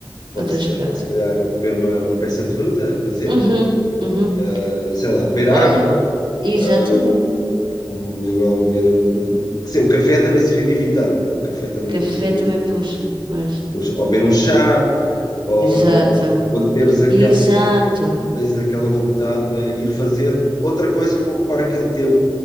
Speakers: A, on the left; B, on the right.
A: Pode
B: Outras
A: ser até,
B: práticas.
A: se calhar, comer uma, uma peça de fruta, por exemplo,
B: Uhum. Uhum.
A: Eh, sei lá, beber água,
B: Olha, exatamente.
A: hum, ou beber um. Quer dizer, o café também seria de evitar, porque o café também
B: Café
A: custa muito.
B: também puxa. Pois.
A: Custa, ou beber um chá.
B: Exato.
A: Claro. Quando teres aquela,
B: Exato.
A: quando tens aquela vontade, não é? Ir fazer outra coisa para ocupar aquele tempo,